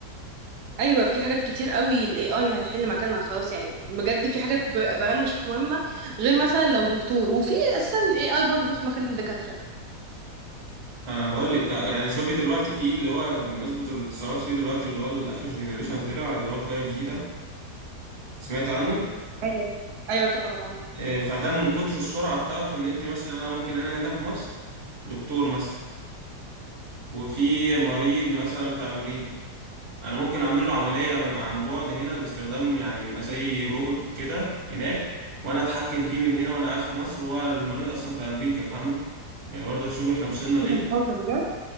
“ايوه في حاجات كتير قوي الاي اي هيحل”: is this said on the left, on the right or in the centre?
Right